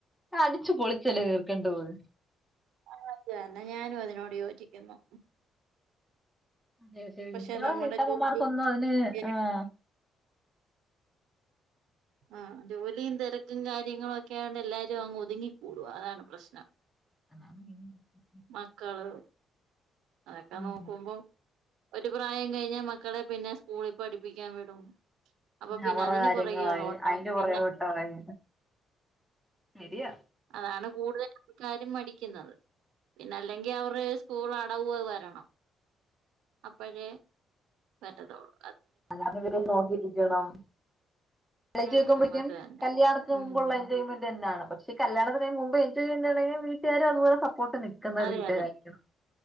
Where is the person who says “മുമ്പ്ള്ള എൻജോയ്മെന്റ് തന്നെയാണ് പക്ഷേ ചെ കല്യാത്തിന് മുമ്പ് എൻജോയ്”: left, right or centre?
Centre